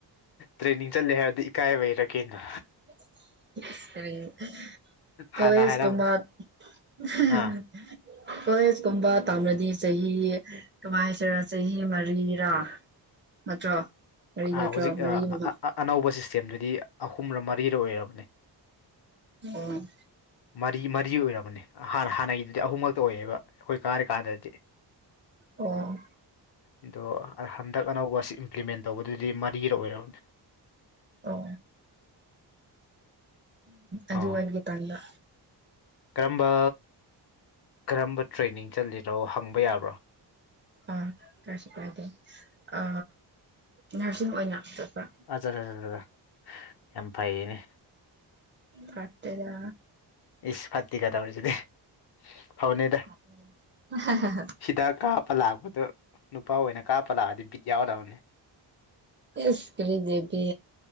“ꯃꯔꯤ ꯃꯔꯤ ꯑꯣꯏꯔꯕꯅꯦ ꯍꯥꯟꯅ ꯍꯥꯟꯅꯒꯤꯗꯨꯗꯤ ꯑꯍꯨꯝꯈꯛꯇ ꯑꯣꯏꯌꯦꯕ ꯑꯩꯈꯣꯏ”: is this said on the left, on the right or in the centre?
Left